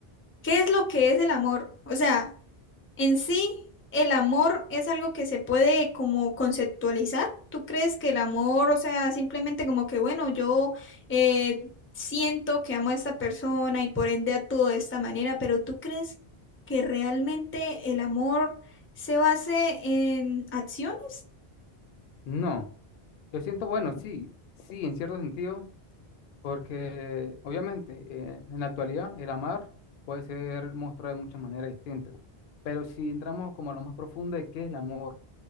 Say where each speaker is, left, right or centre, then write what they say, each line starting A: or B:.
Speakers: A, on the left (about 15°); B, on the left (about 65°).
A: ¿qué es lo que es el amor? O sea... En sí, el amor es algo que se puede como conceptualizar. ¿Tú crees que el amor, o sea, simplemente como que, bueno, yo eh, siento que amo a esta persona y por ende actúo de esta manera, pero tú crees que realmente el amor se base en acciones?
B: No, yo siento, bueno, sí, sí, en cierto sentido, porque obviamente eh, en la actualidad el amar puede ser mostrado de muchas maneras distintas, pero si entramos como a lo más profundo de qué es el amor,